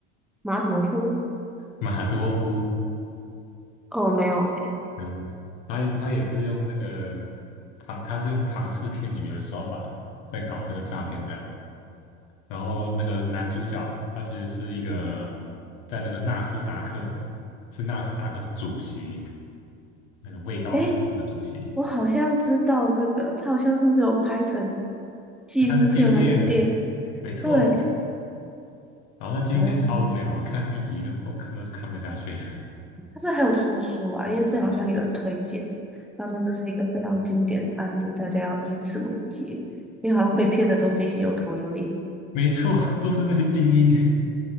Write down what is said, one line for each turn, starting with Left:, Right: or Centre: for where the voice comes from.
Centre: 马什么夫？
Left: 马多夫，
Centre: 哦，没有
Left: 嗯，他他也是用那个庞，他是用庞氏骗女的手法在搞这个诈骗，这样。然后那个男主角他其实是一个在那个纳斯达克哦，是纳斯达克的主席，那个位高权重的主席。
Centre: 诶、诶、我好像知道这个，他好像是不是有拍成纪录片还是电影？
Left: 他的纪录片，没错，
Centre: 对，
Left: 然后他纪录片超无聊，
Centre: 哦，
Left: 我看了一集就我看都看不下去。
Centre: 他是还有出书啊，因为这好像有人推荐，他说这是一个非常经典的案例，大家要以此为戒，因为好像被骗的都是一些有头有脸的。
Left: <laughs> 没错，<laughs> 都是那些精英。<laughs>